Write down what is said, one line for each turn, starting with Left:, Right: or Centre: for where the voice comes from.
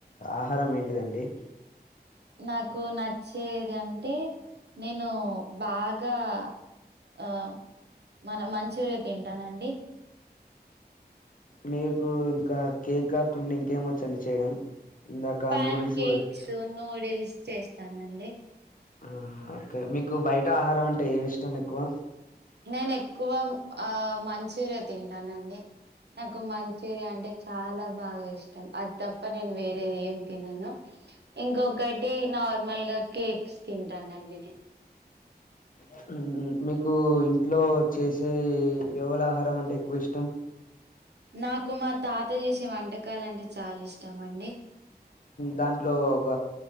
Left: ఆహారం ఏంటిదండి
Right: నాకు నచ్చేది అంటే నేను బాగా ఆ మన మంచూరియా తింటానండి
Left: మీకు ఇంకా కేక్ కాకుండా ఇంకేం వచ్చండి చేయడం ఇందాక
Right: పాన్
Left: నూడిల్స్
Right: కేక్స్
Left: కూడా వచ్చు.
Right: నూడిల్స్ చేస్తానండి
Left: ఆ ఓకే మీకు బయట ఆహారం అంటే ఏమి ఇష్టం ఎక్కువ
Right: నేను ఎక్కువ ఆ మంచూరియా తింటానండి నాకు మంచూరియా అంటే చాలా బాగా ఇష్టం అది తప్ప నేను వేరేది ఏం తినను ఇంకొకటి నార్మల్ గా కేక్స్ తింటానండి నేను
Left: చ్ మీకు ఇంట్లో చేసే యవలహారం అంటే ఎక్కువ ఇష్టం
Right: నాకు మా తాత చేసే వంటకాలు అంటే చాలా ఇష్టం అండి
Left: దాంట్లో ఒక